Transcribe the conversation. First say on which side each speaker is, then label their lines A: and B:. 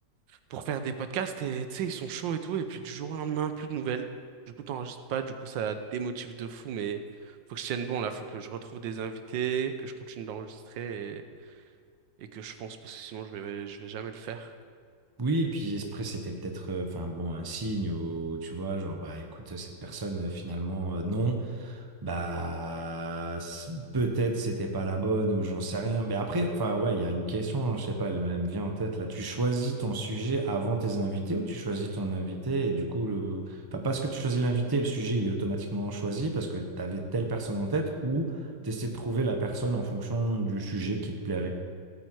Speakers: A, on the right; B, on the right.
A: pour faire des podcasts et tu sais, ils sont chauds et tout. Et puis du jour au lendemain, plus de nouvelles. Du coup, t'enregistres pas, du coup, ça démotive de fou, mais faut que je tienne bon là, faut que je retrouve des invités, que je continue d'enregistrer et, et que je pense, parce que sinon je vais, je vais jamais le faire.
B: Oui, et puis après, c'était peut-être euh, enfin bon un signe où tu vois, genre bah écoute, cette personne euh, finalement euh, non, bah c- peut-être c'était pas la bonne ou j'en sais rien. Mais après, enfin ouais, il y a une question, hein, je sais pas, elle, elle me vient en tête là. Tu choisis ton sujet avant tes invités ou tu choisis ton invité et du coup le enfin parce que tu choisis l'invité, le sujet il est automatiquement choisi parce que tu avais telle personne en tête ou tu de trouver la personne en fonction du sujet qui te plairait.